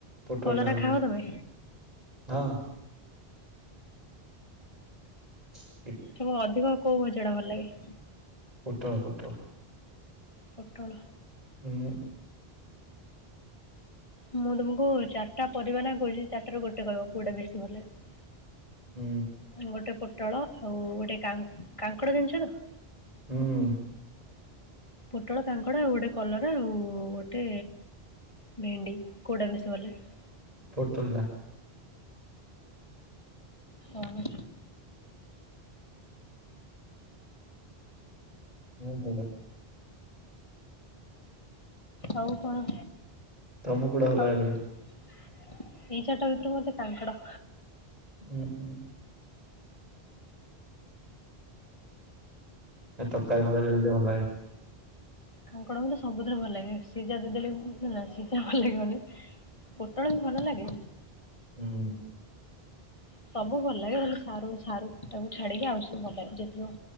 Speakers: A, on the right; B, on the left.
A: ପୋଟଳ
B: କଲରା
A: ଟା ଭଲ
B: ଖାଅ
A: ଲାଗେ।
B: ତମେ?
A: ହଁ। ହଁ
B: ତୁମକୁ ଅଧିକ କୋଉ ଭଜା ଟା ଭଲ ଲାଗେ।
A: ପୋଟଳ ପୋଟଳ।
B: ପୋଟଳ।
A: ଉଁ।
B: ମୁଁ ତୁମକୁ ଚାରିଟା ପରିବା ନା କହିବି ତା ‌ଭିତରୁ ଗୋଟେ କହିବ କୋଉଟା ବେଶୀ ଭଲ ଲାଗେ।
A: ହୁଁ।
B: ଗୋଟେ ପୋଟଳ ଆଉ ଗୋଟେ କାଙ୍କ‌ କାଙ୍କଡ଼ ଜାଣିଛ ତ।
A: ହୁଁ।
B: ପୋଟଳ କାଙ୍କଡ ଆଉ ଗୋଟେ କଲର ଆଉ ଗୋଟେ। ଭେଣ୍ଡି କୋଉଟା ବେସି ଭଲ ଲାଗେ।
A: ପୋଟଳ‌ ଟା।
B: ଓ ହ।
A: ତୁମୁକୁ କୋଉଟା।
B: ଆଉ କଣ
A: ତମକୁ କୋଉଟା ଭଲ ଲାଗେ
B: ଆଉ।
A: ତା ଦେହରୁ
B: ଏଇ ଚାରିଟା ଭିତରୁ ମତେ କାଙ୍କଡ଼
A: ହୁଁ ହୁଁ। ଏ ତରକାରୀ ଫକରି ହେଲେ ଭଲ ଲାଗେ।
B: କାଙ୍କଡ଼ ମତେ ସବୁଥିରେ ଭଲ ଲାଗେ ସିଝା ଦେଇଦେଲେ, <unintelligible> ସିଝା ଭଲ ଲାଗିବନି। ପୋଟଳ ବି ଭଲ ଲାଗେ।
A: ହୁଁ।
B: ସବୁ ଭଲ ଲାଗେ। ହେଲେ ସରୁ ସାରୁ ଟାକୁ ଛାଡିକି ଆଉ ସବୁ ଭଲ ଲାଗେ। ଯେତେ